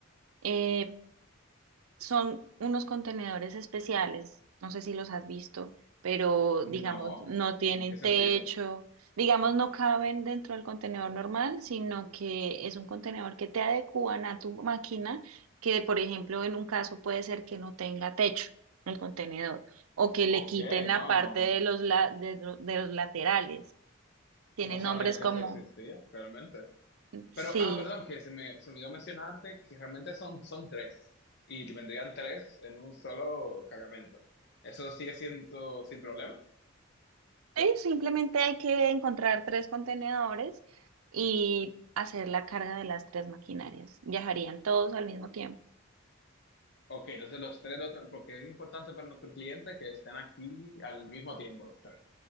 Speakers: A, on the right; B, on the left.
A: eh, son unos contenedores especiales, no sé si los has visto, pero digamos,
B: No,
A: no tienen
B: ¿en qué sentido?
A: techo, digamos, no caben dentro del contenedor normal, sino que es un contenedor que te adecúan a tu máquina, que por ejemplo en un caso puede ser que no tenga techo el contenedor o que le
B: Ok,
A: quiten la
B: no,
A: parte
B: no,
A: de los, la- de lo- de los laterales. Tienen
B: no sabía
A: nombres
B: que
A: como,
B: eso existía realmente.
A: sí.
B: Pero, ah, perdón, que se me, se me olvidó mencionarte que realmente son, son tres y vendrían tres en un solo cargamento. ¿Eso sigue siendo sin problema?
A: Sí, simplemente hay que encontrar tres contenedores y hacer la carga de las tres maquinarias. Viajarían todos al mismo tiempo.
B: Ok, entonces los tres, lo tra- porque es importante para nuestro cliente que estén aquí al mismo tiempo los tres.